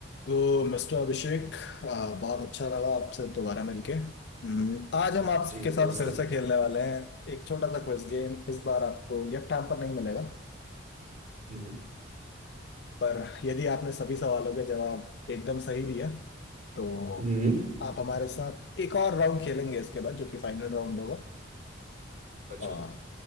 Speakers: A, on the left (about 60°); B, on the right (about 45°).
A: तो मिस्टर अभिषेक आ, बहुत अच्छा लगा आपसे दोबारा मिलके हम्म, आज हम आपके
B: जी
A: साथ
B: नमस्ते
A: फिर से खेलने वाले हैं एक छोटा सा क्विज गेम इस बार आपको गिफ्ट हैम्पर नहीं मिलेगा
B: हम्म
A: पर यदि आपने सभी सवालों के जवाब एकदम सही दिया तो
B: हम्म
A: आप हमारे साथ एक और राउंड खेलेंगे इसके बाद जो कि फाइनल राउंड होगा
B: अच्छा
A: और